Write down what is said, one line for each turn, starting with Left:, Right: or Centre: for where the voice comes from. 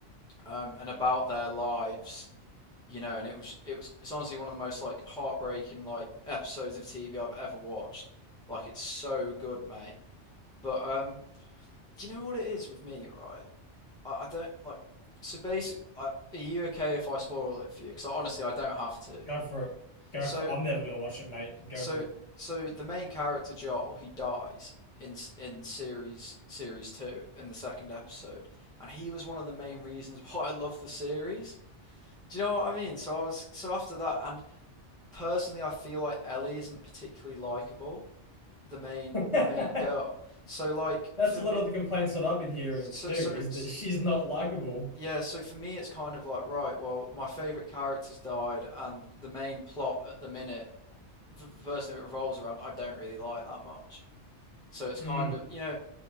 Centre: um and about their lives you know, and it was it was it's honestly one of the most like heartbreaking like episodes of TV I've ever watched. Like it's so good, mate. But um, do you know what it is with me, right? I, I don't like. So basic, I, are you okay if I spoil it for you? Because honestly, I don't have to.
Left: go for it. Go
Centre: So
Left: for it. I'm never gonna watch it, mate. Go
Centre: so
Left: for it.
Centre: so the main character Joel, he dies in in series series two in the second episode, and he was one of the main reasons <laughs> why I loved the series. Do you know what I mean? So I was so after that, and personally, I feel like Ellie isn't particularly likable, the main
Left: <laughs>
Centre: the main girl. So like
Left: That's
Centre: for
Left: a
Centre: me,
Left: lot of the complaints that I've been hearing
Centre: so
Left: too,
Centre: so
Left: is
Centre: it's
Left: that she's not likable.
Centre: yeah. So for me, it's kind of like right. Well, my favorite character's died, and the main plot at the minute, the, the person who it revolves around, I don't really like that much. So it's
Left: Mm.
Centre: kind of, you know,